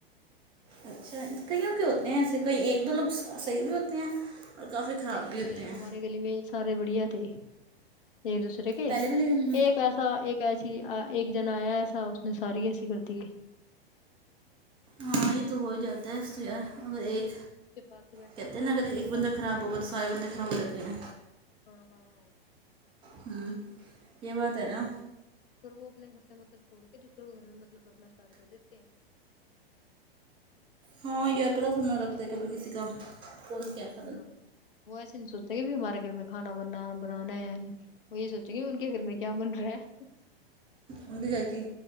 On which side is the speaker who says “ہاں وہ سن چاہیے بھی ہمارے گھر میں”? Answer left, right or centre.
Left